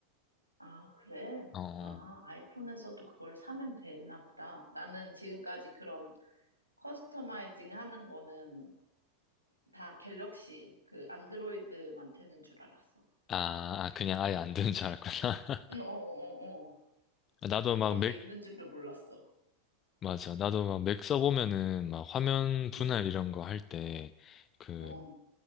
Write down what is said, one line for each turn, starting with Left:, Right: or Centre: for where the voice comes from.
Right: 아, 그래?
Left: 어,
Right: 아,
Left: 어.
Right: 아이폰에서도 그걸 사면 되나 보다. 나는 지금까지 그런 커스터마이징 하는 거는 다 갤럭시, 그 안드로이드만 되는 줄 알았어.
Left: 아, 아, 그냥 아예 안 되는 줄 알았구나. <laughs>
Right: 응, 어, 어, 어. 어.
Left: 나도 막
Right: 그런
Left: 맥,
Right: 게 있는 줄도 몰랐어.
Left: 맞아. 나도 막 맥 써보면은 막 화면 분할
Right: 응,
Left: 이런 거 할 때 그,
Right: 어,